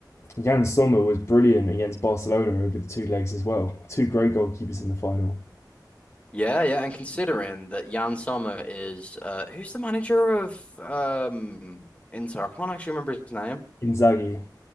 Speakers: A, on the left; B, on the left.
A: Jan Sommer was brilliant against Barcelona over the two legs as well. Two great goalkeepers in the final.
B: Yeah, yeah, and considering that Jan Sommer is uh, who's the manager of um Inter? I can't actually remember his name.
A: Inzaghi,